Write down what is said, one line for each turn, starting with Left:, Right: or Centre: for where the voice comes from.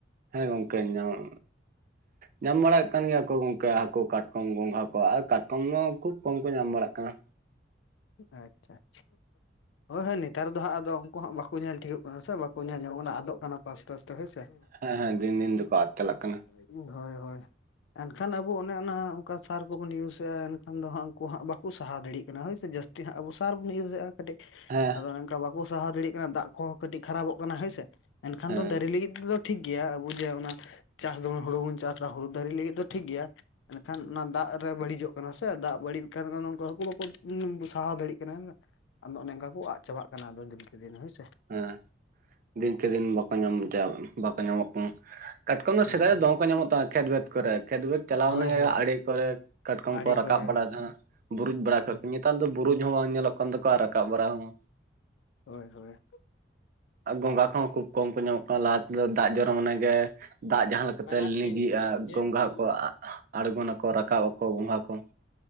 Right: ᱦᱮᱸ ᱜᱚᱝᱠᱮ, ᱧᱟᱢ
Left: <unintelligible>
Right: ᱧᱟᱢ ᱵᱟᱲᱮᱫ ᱠᱟᱱ ᱜᱮᱭᱟ ᱠᱚ ᱜᱚᱢᱠᱮ, ᱦᱟᱹᱠᱩ ᱠᱟᱴᱠᱚᱢ ᱜᱚᱸᱜᱷᱟ ᱠᱚ, ᱟᱨ ᱠᱟᱴᱠᱚᱢ ᱫᱚ ᱠᱷᱩᱵ ᱠᱚᱢ ᱠᱚ ᱧᱟᱢ ᱵᱟᱲᱟᱜ ᱠᱟᱱᱟ ᱾
Left: ᱟᱪᱪᱷᱟ, ᱟᱪᱪᱷᱟ ᱦᱳᱭ ᱦᱳᱭ, ᱱᱮᱛᱟᱨ ᱫᱚ ᱟᱸᱜ ᱟᱫᱚ ᱩᱱᱠᱩ ᱦᱟᱜ ᱵᱟᱠᱚ ᱧᱮᱞ ᱴᱷᱤᱠᱚᱜ ᱠᱟᱱᱟ ᱥᱮ, ᱵᱟᱠᱚ ᱧᱮᱞ ᱧᱟᱢᱚᱜ ᱠᱟᱱᱟ ᱟᱫᱚᱜ ᱠᱟᱱᱟ ᱠᱚ ᱟᱥᱛᱮ ᱟᱥᱛᱮ ᱦᱳᱭᱥᱮ ᱾
Right: ᱦᱮᱸ ᱦᱮᱸ, ᱫᱤᱱ ᱫᱤᱱ ᱫᱚᱠᱚ ᱟᱫ ᱪᱟᱞᱟᱜ ᱠᱟᱱᱟ ᱾
Left: ᱦᱳᱭ ᱦᱳᱭ, ᱮᱱᱠᱷᱟᱱ ᱟᱵᱚ ᱚᱱᱮ ᱚᱱᱟ, ᱚᱱᱠᱟ ᱥᱟᱨ ᱠᱚᱵᱚᱱ ᱤᱭᱩᱡᱮᱫᱼᱟ ᱾ ᱮᱱᱠᱷᱟᱱ ᱫᱚ ᱦᱟᱸᱜ ᱩᱱᱠᱩ ᱦᱟᱸᱜ ᱵᱟᱠᱚ ᱥᱟᱦᱟ ᱫᱟᱲᱮᱭᱟᱜ ᱠᱟᱱᱟ ᱦᱳᱭᱥᱮ ᱡᱟᱹᱥᱛ ᱟᱵᱚ ᱥᱟᱨ ᱵᱚᱱ ᱤᱭᱩᱡᱮᱫᱼᱟ, ᱠᱟᱹᱴᱤᱡ
Right: ᱮᱸ
Left: ᱟᱫᱚ ᱚᱱᱮ ᱚᱱᱠᱟ ᱵᱟᱠᱚ ᱥᱟᱦᱟᱣ ᱫᱟᱲᱮᱭᱟᱜ ᱠᱟᱱᱟ ᱾ ᱫᱟᱜ ᱠᱚᱦᱚᱸ ᱠᱟᱹᱴᱤᱡ ᱠᱷᱟᱨᱟᱯᱚᱜ ᱠᱟᱱᱟ ᱦᱮᱸᱥᱮ, ᱮᱱᱠᱷᱟᱱ
Right: ᱦᱮᱸ
Left: ᱫᱚ ᱫᱟᱨᱮ ᱞᱟᱹᱜᱤᱫ ᱛᱮᱫᱚ ᱴᱷᱤᱠ ᱜᱮᱭᱟ, ᱟᱵᱚ ᱡᱮ ᱚᱱᱟ ᱪᱟᱥ ᱫᱟᱵᱚᱱ ᱦᱳᱲᱳ ᱵᱚᱱ ᱪᱟᱥᱟ, ᱦᱳᱲᱳ ᱫᱟᱨᱮ ᱞᱟᱹᱜᱤᱫ ᱫᱚ ᱴᱷᱤᱠ ᱜᱮᱭᱟ ᱾ ᱮᱱᱠᱷᱟᱱ ᱚᱱᱟ ᱫᱟᱜ ᱨᱮ ᱵᱟᱹᱲᱤᱡᱚᱜ ᱠᱟᱱᱟ ᱥᱮ, ᱫᱟᱜ ᱵᱟᱹᱲᱤᱡ ᱞᱮᱠᱷᱟᱱ ᱫᱚᱠᱩ ᱦᱟᱹᱠᱩ ᱵᱟᱠᱚ ᱵᱩᱥᱟᱜ ᱥᱟᱦᱟᱣ ᱫᱟᱲᱮᱜ ᱠᱟᱱᱟ, ᱦᱮ ᱥᱮ ᱟᱫᱚ ᱚᱱᱮ ᱚᱱᱠᱟ ᱠᱚ ᱟᱫ ᱪᱟᱵᱟᱜ ᱠᱟᱱᱟ ᱟᱫᱚ ᱫᱤᱱᱡᱮ ᱫᱤᱱ ᱦᱳᱭᱥᱮ ᱾
Right: ᱦᱮᱸ, ᱫᱤᱱᱠᱮ ᱫᱤᱱ ᱵᱟᱠᱚ ᱧᱟᱢ ᱪᱟ ᱵᱟᱠᱚ ᱧᱟᱢᱚᱜ ᱠᱟᱱᱟ ᱾ ᱠᱟᱴᱠᱚᱢ ᱫᱚ
Left: ᱦᱳᱭ
Right: ᱥᱮᱫᱟᱭ
Left: ᱦᱳᱭ
Right: ᱫᱚ ᱫᱚᱢᱮ ᱠᱚ ᱧᱟᱢᱚᱜ ᱛᱟᱦᱮᱫ ᱠᱷᱮᱛ ᱵᱮᱫ ᱠᱚᱨᱮ, ᱠᱷᱮᱛ ᱵᱮᱫ ᱪᱟᱞᱟᱣ
Left: ᱦᱳᱭ
Right: ᱮᱱᱟᱮ
Left: ᱦᱳᱭ
Right: ᱟᱲᱮ ᱠᱚᱨᱮ ᱾ ᱠᱟᱴᱠᱚᱢ
Left: ᱟᱲᱮ
Right: ᱠᱚ ᱨᱟᱠᱟᱵ
Left: ᱠᱚᱨᱮ
Right: ᱵᱟᱲᱟᱫᱷᱟ ᱵᱩᱨᱩᱡ ᱵᱟᱲᱟ
Left: ᱦᱳᱭ
Right: ᱠᱟᱜ ᱠᱟᱛ, ᱱᱮᱛᱟᱨ ᱫᱚ ᱵᱩᱨᱩᱡ ᱦᱚᱸ ᱵᱟᱝ ᱧᱮᱞᱚᱜ ᱠᱟᱱ ᱛᱟᱠᱚᱣᱟ ᱟᱨ ᱨᱟᱠᱟᱵ ᱵᱟᱲᱟ ᱦᱚᱸ ᱾
Left: ᱦᱳᱭ, ᱦᱳᱭ,
Right: ᱜᱚᱸᱜᱟ ᱠᱚᱦᱚᱸ ᱠᱷᱩᱵ ᱠᱚᱢ ᱠᱚ ᱧᱟᱢᱚᱜ ᱠᱟᱱᱟ, ᱞᱟᱦᱟ ᱛᱮᱫᱚ ᱫᱟᱜ ᱡᱚᱨᱟ ᱢᱟᱱᱮ ᱜᱮ, ᱫᱟᱜ ᱡᱟᱦᱟᱸ ᱞᱮ ᱠᱟᱛᱮ
Left: ᱵᱟᱱᱟᱨ ᱥᱮᱢ
Right: ᱞᱤᱸᱜᱤᱜᱼᱟ,
Left: ᱵᱟᱝ ᱥᱮᱢ
Right: ᱜᱚᱸᱜᱷᱟ
Left: ᱫᱚ ᱧᱩ
Right: ᱠᱚ
Left: ᱫᱚ
Right: ᱟᱬᱜᱚᱱᱟᱠᱚ ᱨᱟᱠᱟᱵ ᱟᱠᱚ ᱜᱚᱸᱜᱷᱟ ᱠᱚ᱾